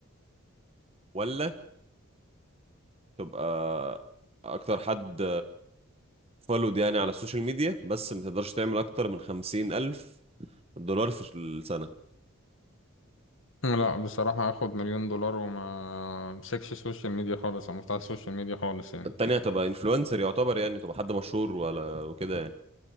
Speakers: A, on the right (about 30°); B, on the left (about 65°).
A: ولا تبقى أكتر حد فولود يعني على السوشيال ميديا بس ما تقدرش تعمل أكتر من خمسين ألف دولار في السنة
B: لا بصراحة هاخد مليون دولار وما امسكش السوشيال ميديا خالص او مفتاح السوشيال ميديا خالص يعني
A: التانية هتبقى إنفلونسر يعتبر يعني تبقى حد مشهور ولا وكده يعني